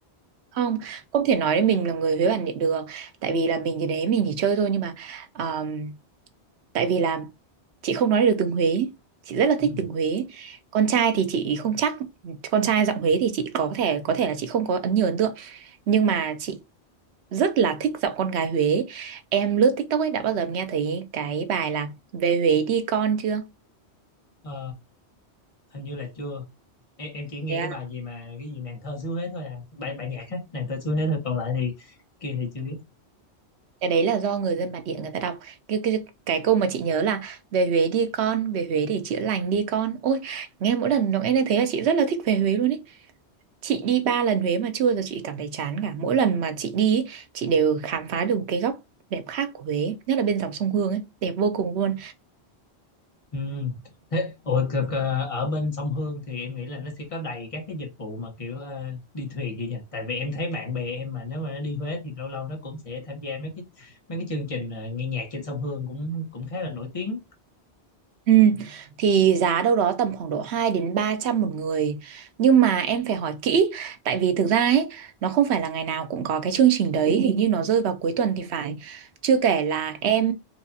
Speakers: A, on the right; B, on the left.
A: không không thể nói đến mình là người Huế bản địa được tại vì là mình thì đấy mình chỉ chơi thôi nhưng mà um, tại vì là chị không nói được tiếng Huế chị rất là
B: Ừ.
A: thích tiếng Huế con trai thì chị không chắc con trai giọng Huế thì chị có thể có thể là chị không có ấn nhiều ấn tượng nhưng mà chị rất là thích giọng con gái Huế em lướt TikTok ấy đã bao giờ em nghe thấy cái bài là về Huế đi con chưa
B: Ờ, hình như là chưa em, em chỉ nghe
A: Thế
B: cái bài gì mà cái gì nàng thơ xứ Huế thôi à bài bài nhạc á nàng thơ xứ Huế thôi còn lại thì kia thì chưa biết
A: cái đấy là do người dân bản địa người ta đọc cái cái cái câu mà chị nhớ là về Huế đi con về Huế để chữa lành đi con ôi nghe mỗi lần nó nghe lên thế là chị rất là thích về Huế luôn ấy chị đi ba lần Huế mà chưa giờ chị cảm thấy chán cả mỗi lần mà chị đi ý, chị đều khám phá được một cái góc đẹp khác của Huế nhất là bên dòng sông Hương ấy đẹp vô cùng luôn
B: ừ. thế ủa, cực, ờ, ở bên sông Hương thì em nghĩ là nó sẽ có đầy các cái dịch vụ mà kiểu ờ, đi thuyền gì nhỉ tại vì em thấy bạn bè em mà nếu mà nó đi Huế thì lâu lâu nó cũng sẽ tham gia mấy cái mấy cái chương trình ờ, nghe nhạc trên sông Hương cũng cũng khá là nổi tiếng
A: Ừ, thì giá đâu đó tầm khoảng độ 2 đến 300 một người nhưng mà em phải hỏi kỹ tại vì thực ra ấy nó không phải là ngày nào cũng có cái chương trình đấy hình như nó rơi vào cuối tuần thì phải chưa kể là em